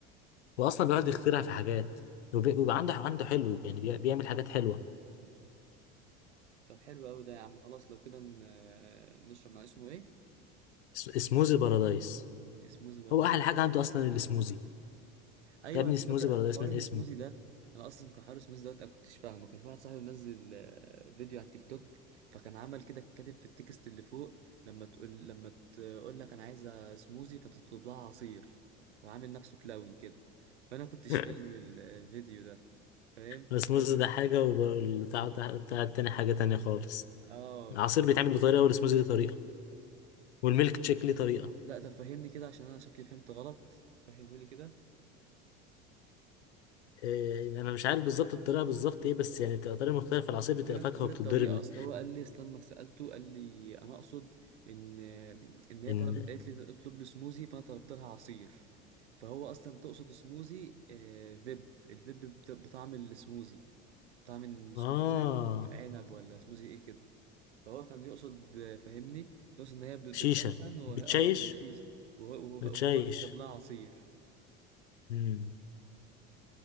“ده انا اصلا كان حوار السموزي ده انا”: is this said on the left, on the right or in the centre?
Right